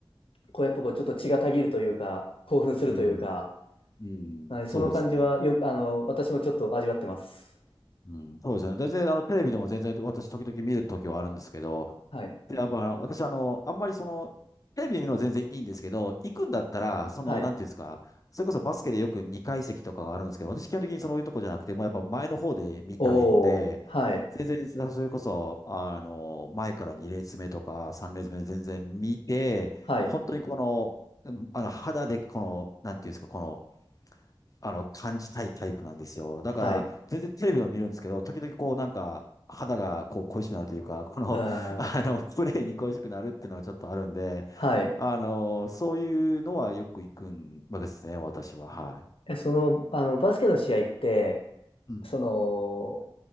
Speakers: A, on the left; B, on the left.
A: こう、やっぱこう、ちょっと血がたぎるというか、興奮するというか、
B: うん。うん。
A: はい、その感じはよ、
B: そうですね。
A: あの、私もちょっと味わってます。
B: うん、そうですよね。全然、あの、テレビでも全然、私、時々見るときはあるんですけど、
A: はい。
B: で、やっぱ、あの私、あの、あんまりその、テレビで見るのは全然いいんですけど、行くんだったら、その、
A: はい。
B: なんていうんですか、それこそバスケでよく2階席とかがあるんですけど、私、基本的にそういうとこじゃなくて、もうやっぱ前の方で見たいので、
A: おー、はい。
B: 全然、それこそ、あの、前から2列目とか3列目で全然見て、
A: はい。
B: 本当にこの、あの、肌でこの、なんていうんですか、この、あの、感じたいタイプなんですよ。だから、
A: はい。
B: 全然テレビを見るんですけど、時々こう、なんか、肌がこう恋しくなるというか、この、
A: うん。
B: <laughs> あの、プレーに恋しくなるっていうのはちょっとあるんで、
A: はい。
B: あの、そういうのはよく行くんわけですね、私は。はい。
A: え、その、あの、バスケの試合って、
B: うん。
A: その、